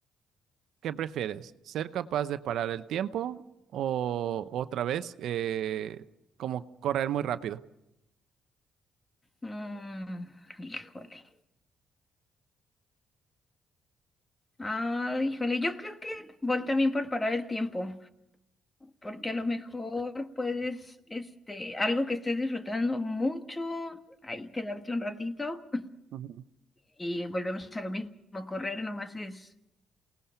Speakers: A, on the right (about 75°); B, on the left (about 20°).
A: ¿qué prefieres? ¿Ser capaz de parar el tiempo o otra vez eh, como correr muy rápido?
B: Mm, híjole. Ah, híjole, yo creo que voy también por parar el tiempo, porque a lo mejor puedes, este, algo que estés disfrutando mucho, ahí quedarte un ratito
A: Ujú.
B: y volvemos a lo mismo, correr nomás es,